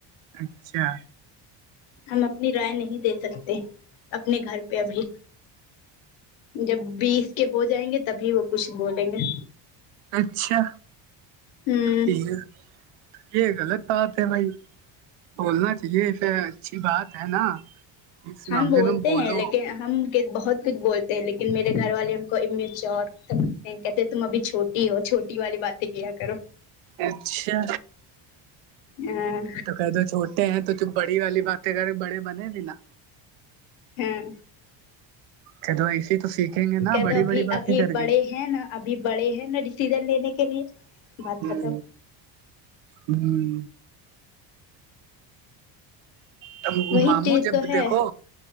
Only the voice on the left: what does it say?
ہم اپنی رائے نہیں دے سکتے اپنے گھر پہ ابھی جب بیس کے ہو جائیں گے تبھی وہ کچھ بولیں گے
ہوں
ہم
بولتے
ہیں لیکن ہم بہت کچھ بولتے ہیں لیکن میرے گھر والے ہم کو امیچیور سمجتےہیں کہتے تم ابھی چھوٹی ہو چھوٹی والی باتیں کیا کرو
ہاں
ہاں
کہ
تو ابھی
ابھی
بڑے
ہیں نا ابھی بڑے ہیں نا ڈیسیزن لینے کے لیے بات
ختم
وہی
چیز
تو
ہے